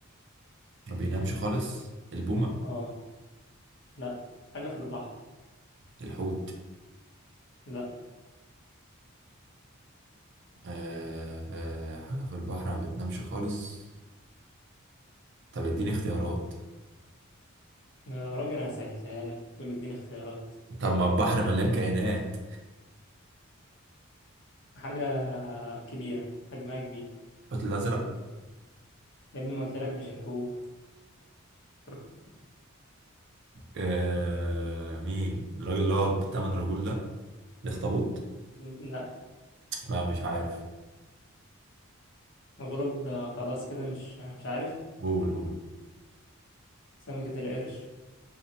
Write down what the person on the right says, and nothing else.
ما بينامش خالص البومة
الحوت
آه آه حاجة في البحر ما بتنامش خالص طب اديني اختيارات
طب ما البحر مليان كائنات
الحوت الأزرق
آه مين الراجل اللي هو بتمن رجول ده الاخطبوط
لا مش عارف
قول قول